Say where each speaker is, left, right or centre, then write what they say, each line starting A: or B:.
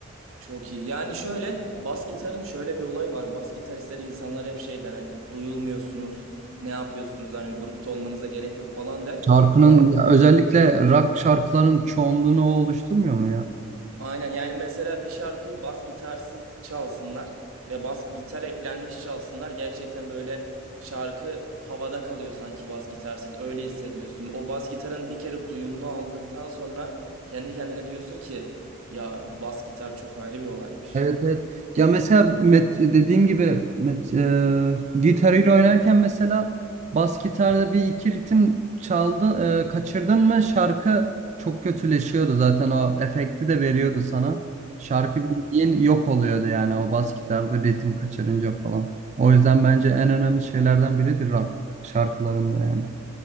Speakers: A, on the right; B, on the right.
A: Çok iyi. Yani şöyle bas gitarın şöyle bir olayı var. Bas gitaristleri insanlar hep şey der hani duyulmuyorsunuz, ne yapıyorsunuz hani grupta olmanıza gerek yok falan der.
B: Şarkının
A: Ama
B: ya özellikle rock şarkıların çoğunluğunu o oluşturmuyor mu ya?
A: aynen yani mesela bir şarkıyı bas gitarsız çalsınlar ve bas gitar eklenmiş çalsınlar. Gerçekten böyle şarkı havada kalıyor sanki bas gitarsız. Öyle hissediyorsun. O bas gitarın bir kere duyumunu aldıktan sonra kendi kendine diyorsun ki ya bas gitar çok ayrı bir olaymış.
B: Evet evet. Ya mesela met, dediğim gibi met, e, Guitar Hero oynarken mesela bas gitarda bir iki ritim çaldı, e, kaçırdın mı şarkı çok kötüleşiyordu zaten o efekti de veriyordu sana. Şarkı bildiğin yok oluyordu yani o bas gitarda ritim kaçırınca falan. O yüzden bence en önemli şeylerden biridir rock şarkılarında yani.